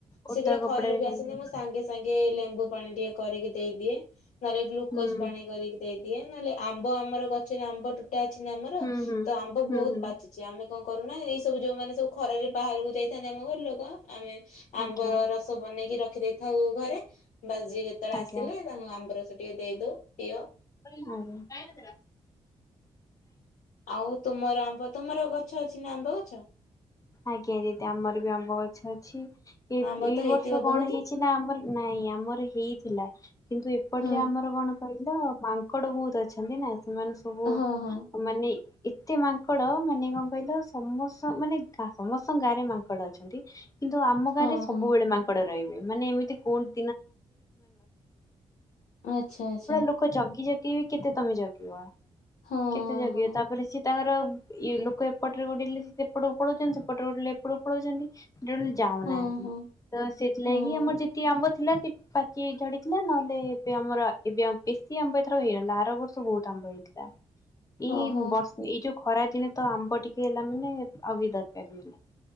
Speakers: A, on the left; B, on the left.
A: ଓଦା
B: ସେ ଯେତେଳେ
A: କପଡା
B: ଖରାରୁ ବି
A: ନେଇକି
B: ଆସନ୍ତି ମୁଁ ସାଙ୍ଗ୍ ସାଙ୍ଗେ ସାଙ୍ଗେ ଲେମ୍ବୁ ପାଣି ଟିକେ କରିକି ଦେଇଦିଏ ନହଲେ ଗ୍ଲୁକୋଜ
A: ହୁଁ
B: ପାଣି କରିକି ଦେଇଦିଏ ନହେଲେ ଆମ୍ବ ଆମର ଗଛରେ ଆମ୍ବ ଟୋଟା ଅଛି ନା ଆମର
A: ହୁଁ ହୁଁ
B: ତ ଆମ୍ବ
A: ହୁଁ
B: ବହୁତ୍
A: ହୁଁ
B: ପାଚି ଚି ଆମେ କଣକରୁନା ଏଇସବୁ ଯୋଉମାନେସବୁ ଖରାରେ ବାହାରକୁ ଯାଇଥାନ୍ତି ଆମଘରଲୋକ ଆମେ ଆମ୍ବରସ
A: ଆଜ୍ଞା
B: ବନେଇକି ରଖିଦେଇଥାଉଘରେ ବା ଯିଏଯେତେବେଳେ
A: ଆଜ୍ଞା
B: ଆସିଲେ ତାଙ୍କୁ ଆମ୍ବରସ ଟିକେ ଦେଇଦଉ ପିଅ।
A: <inaudible>
B: ଆଉ ତୁମର ଆମ୍ବ ତମର ଗଛ ଅଛି ନା ଆମ୍ବ ଗଛ?
A: ଆଜ୍ଞାଦିଦି ଆମରବି ଆମ୍ବ ଗଛଅଛି। ଏ
B: ଆମ୍ବ
A: ଏଇ
B: ତ ହେଇଥିବ
A: ବର୍ଷକଣ
B: ବହୁତ।
A: ହେଇଚି ନା ଆମର ନାଇଁ ଆମର ହେଇଥିଲା। କିନ୍ତୁ ଏପଟରେ
B: ହଁ
A: ଆମର କଣ କହିଲ ମାଙ୍କଡ ବହୁତ୍ ଅଛନ୍ତି ନା ସେମାନେସବୁ
B: ହଁ ହଁ
A: ମାନେ ଏତେମାଙ୍କଡ ମାନେ କଣକହିଲ ସମସ୍ତ ମାନେ ଗା ସମସ୍ତଙ୍କ ଗାଁରେ ମାଙ୍କଡଅଛନ୍ତି। କିନ୍ତୁ ଆମଗାଁରେ
B: ହଁ
A: ସବୁବେଳେ
B: ହଁ
A: ମାଙ୍କଡରହିବେ ମାନେ ଏମିତି କୋଉ <inaudible>
B: ଆଚ୍ଛା ଆଚ୍ଛା
A: ଦେଖ ଜଗି ଜଗି ବିକେତେ ତମେ ଜଗିବ
B: ହଁ
A: କେତେ
B: ହଁ
A: ଯଗିବ
B: ହଁ।
A: ତା ପରେ ସିଏତାଙ୍କର ଇଏ ଲୋକ ଏପଟ୍ ପଟରେ ଗୋଡେଇଲେ ସେପଟକୁ ପଳଉଚନ୍ତି ସେପଟରେ ଗୋଡେଇଲେ ଏପେଟକୁ ପଳଉଚନ୍ତି। ଯୋ ଯାଉନାହାନ୍ତି
B: ହଁ ହଁ
A: ତ ସେଥିଲାଗି
B: ହଁ
A: ଆମର ଯେତ୍ ଦେଶି ଆମ୍ବ ଥିଲା ସେ ପାଚି ଝଡିଥିଲା ନହେଲେ ଏବେ ଆମର ଏବେ ବେଶୀ ଆମ୍ବ ଏଥର ହେଇଗଲା ଆର ବର୍ଷ ବହୁତ୍ ତ ଆମ୍ବ ହେଇଥିଲା। ଏଇ
B: ଓହୋ
A: ବର୍ଷ ଏଇ ଯୋଉଖରା ଦିନେ ତ ଆମ୍ବଟିକେ ହେଲା ମାନେ ଆଉ ବି ଦରକାର୍ ନାଇଁ।